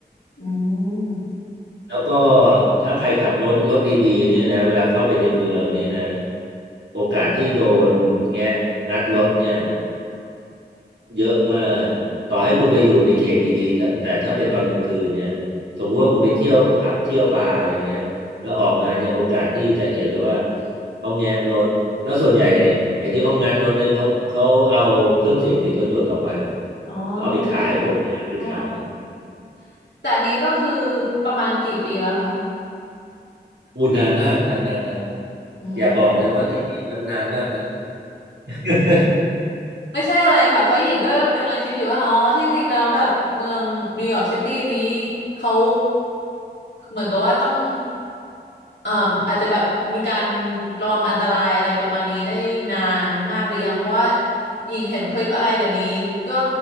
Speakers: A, on the left; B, on the right.
A: อืม
B: แล้วก็ถ้าใครขับรถรถดีๆเนี่ยนะเวลาเข้าไปในเมืองเนี่ยนะโอกาสที่โดนแงะงัดรถเนี่ยเยอะมากต่อให้คุณไปอยู่ในเขตดีๆแต่แต่ถ้าเป็นตอนกลางคืนเนี่ยสมมุติว่าคุณไปเที่ยวผับเที่ยวบาร์อะไรเงี้ยแล้วออกมาเนี่ยโอกาสที่จะเห็นเลยว่าเขาแงะรถแล้วส่วนใหญ่ไอ้ที่เขางัดรถเนี่ยเขาเขาเอาเครื่องเสียงติดรถยนต์เราไป
A: อ๋อ
B: เอาไปขายพวกเนี้ยเอาไปขาย
A: ค่ะอ๋อ <laughs> แต่อันนี้ก็คือประมาณกี่ปีแล้วคะ
B: อู้นานมากนานมากแล้ว
A: อืม
B: อย่าบอกเลยว่ากี่ปีมันนานมากแล้ว <laughs>
A: ไม่ใช่อะไรค่ะ เพราะหญิงก็กำลังคิดอยู่ว่า อ๋อ ที่จริงแล้วแบบเมืองนิวยอร์กซิตี้นี้เขาเหมือนกับว่าต้องเอ่ออาจจะแบบมีการระวังอันตรายอะไรประมาณนี้ได้นานมากหรือยังเพราะว่าหญิงเห็นคลิปอะไรเดี๋ยวนี้ก็